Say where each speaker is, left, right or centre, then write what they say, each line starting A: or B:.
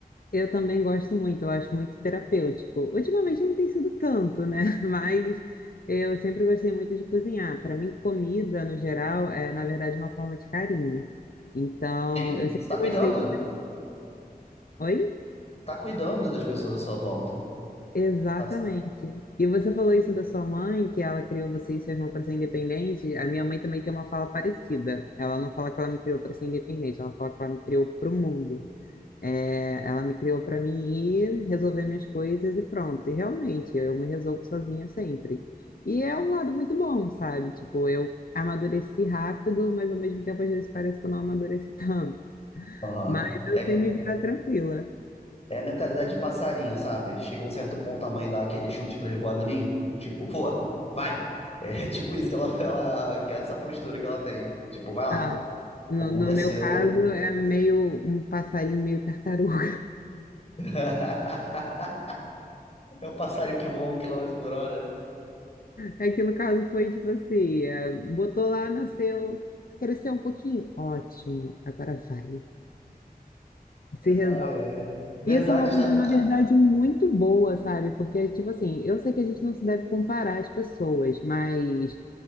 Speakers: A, on the left; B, on the left.
A: eu também gosto muito, eu acho muito terapêutico. Ultimamente não tem sido tanto, né? <laughs> Mas eu sempre gostei muito de cozinhar. Para mim, comida, no geral, é, na verdade, uma forma de carinho. Então,
B: Sim,
A: eu sempre
B: você tá cuidando.
A: gostei. Oi?
B: Você tá cuidando das pessoas à sua volta.
A: Exatamente.
B: sabe?
A: E você falou isso da sua mãe, que ela criou você e seu irmão para ser independente. A minha mãe também tem uma fala parecida. Ela não fala que ela me criou para ser independente, ela fala que ela me criou para o mundo. É, ela me criou para mim ir resolver minhas coisas e pronto. E realmente, eu me resolvo sozinha sempre. E é um lado muito bom, sabe? Tipo, eu amadureci rápido, mas ao mesmo tempo às vezes parece que eu não amadureci <laughs> tanto.
B: Aham.
A: Mas eu
B: É
A: sei me virar tranquila.
B: É a mentalidade de passarinho, sabe? Chegou um certo ponto a mãe dá aquele chute pra ele voar do ninho. Tipo, voa, vai. É <laughs> tipo isso que ela, <laughs> ela, que é essa postura que ela tem. Tipo, vai lá.
A: Ah, no,
B: O mundo
A: no
B: é
A: meu
B: seu.
A: caso é meio um passarinho meio tartaruga. <laughs>
B: <laughs> É o passarinho que voa um quilômetro por hora.
A: É que no caso foi tipo assim, é, botou lá, nasceu, cresceu um pouquinho, ótimo, agora vai, se resolve.
B: Ai, ai. Verdade,
A: Isso é uma
B: está-
A: coisa, na
B: ah,
A: verdade, muito boa, sabe? Porque, tipo assim, eu sei que a gente não se deve comparar as pessoas, mas